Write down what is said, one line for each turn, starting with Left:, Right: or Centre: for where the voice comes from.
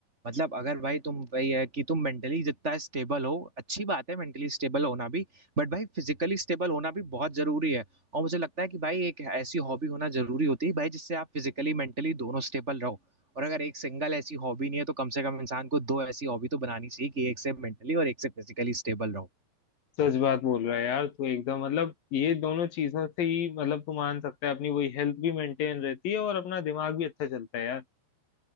Right: मतलब अगर भाई तुम वही है कि तुम मेंटली जितना स्टेबल हो अच्छी बात है मेंटली स्टेबल होना भी बट भाई फिजिकली स्टेबल होना भी बहुत जरूरी है और मुझे लगता है कि भाई एक ऐसी हॉबी होना जरूरी होती है भाई जिससे आप फिजिकली मेंटली दोनों स्टेबल रहो और अगर एक सिंगल ऐसी हॉबी नहीं है तो कम से कम इंसान को दो ऐसी हॉबी तो बनानी चाहिए कि एक से मेंटली और एक से फिजिकली स्टेबल रहो
Left: सच बात बोल रहा है यार तू एकदम मतलब ये दोनों चीजों से ही मतलब तू मान सकता है अपनी वही हेल्थ भी मेंटेन रहती है और अपना दिमाग भी अच्छा चलता है यार